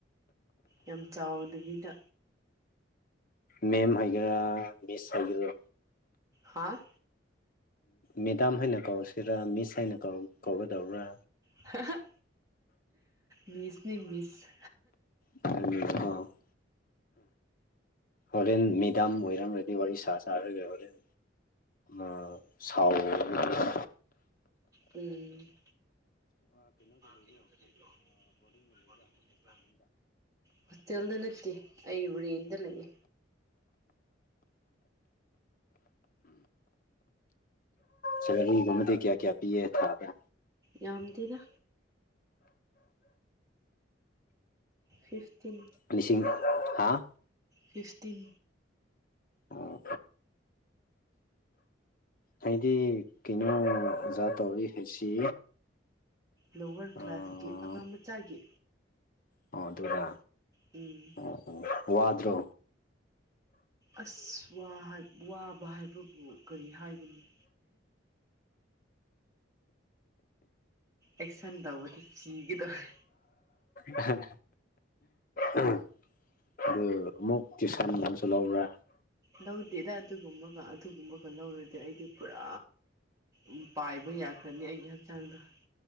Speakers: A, on the right; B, on the left.
A: ꯌꯥꯝ ꯆꯥꯎꯗꯕꯤꯗ
B: ꯃꯦꯝ ꯍꯥꯏꯒꯦꯔꯥ ꯃꯤꯁ ꯍꯥꯏꯒꯦꯔꯣ
A: ꯍꯥꯥ
B: ꯃꯦꯗꯥꯝ ꯍꯥꯏꯅ ꯀꯧꯁꯤꯔꯥ ꯃꯤꯁ ꯍꯥꯏꯅ ꯀꯧ ꯀꯧꯒꯗꯧꯕ꯭ꯔꯥ
A: ꯍꯥꯍꯥ ꯃꯤꯁꯅꯦ ꯃꯤꯁ
B: <unintelligible> ꯍꯣꯔꯦꯟ ꯃꯦꯗꯥꯝ ꯑꯣꯏꯔꯝ ꯔꯗꯤ ꯋꯥꯔꯤ ꯁꯥ ꯁꯥꯔꯒ ꯍꯣꯔꯦꯟ ꯑ ꯁꯥꯎꯔꯅꯤꯗꯣ
A: ꯎꯝ ꯃꯥ ꯀꯩꯅꯣꯗ ꯂꯩꯕ꯭ꯔꯣ ꯕꯣꯔꯗꯤꯡꯗ ꯂꯩꯕ꯭ꯔꯥ ꯍꯣꯁꯇꯦꯜꯗ ꯅꯠꯇꯦ ꯑꯩ ꯔꯦꯟꯗ ꯂꯩꯌꯦ
B: ꯁꯦꯜꯂ꯭ꯔꯤ ꯒꯨꯝꯕꯗꯤ ꯀꯌꯥ ꯀꯌꯥ ꯄꯤꯌꯦ ꯊꯥꯗ
A: ꯌꯥꯝꯗꯦꯗ ꯐꯤꯐꯇꯤꯟ
B: ꯂꯤꯁꯤꯡ ꯍꯥ
A: ꯐꯤꯐꯇꯤꯟ
B: ꯑꯣ ꯍꯥꯏꯗꯤ ꯀꯩꯅꯣ ꯑꯣꯖꯥ ꯇꯧꯔꯤ ꯍꯥꯏꯁꯤ
A: ꯂꯧꯋꯔ
B: ꯑꯣ
A: ꯀ꯭ꯂꯥꯁꯀꯤ ꯑꯉꯥꯡ ꯃꯆꯥꯒꯤ
B: ꯑꯣ ꯑꯗꯨꯔ
A: ꯎꯝ
B: ꯑꯣ ꯑꯣ ꯋꯥꯗ꯭ꯔꯣ
A: ꯑꯁ ꯋꯥ ꯋꯥꯕ ꯍꯥꯏꯕꯕꯨ ꯀꯔꯤ ꯍꯥꯏꯒꯅꯤ ꯑꯦꯛꯁꯟ ꯇꯧꯕꯗꯤ ꯁꯤꯒꯦ ꯇꯧꯏ
B: ꯑꯍ ꯑꯝ ꯑ ꯑꯃꯨꯛ ꯇ꯭ꯌꯨꯁꯟ ꯑꯃꯁꯨ ꯂꯧꯕ꯭ꯔꯥ
A: ꯂꯧꯗꯦꯗ ꯑꯗꯨꯒꯨꯝꯕꯒ ꯑꯗꯨꯒꯨꯝꯕꯒ ꯂꯧꯔꯗꯤ ꯑꯩꯗꯤ ꯄꯨꯔꯥ ꯎꯝ ꯄꯥꯏꯕ ꯌꯥꯈ꯭ꯔꯅꯤ ꯑꯩꯒꯤ ꯍꯛꯆꯥꯡꯗꯣ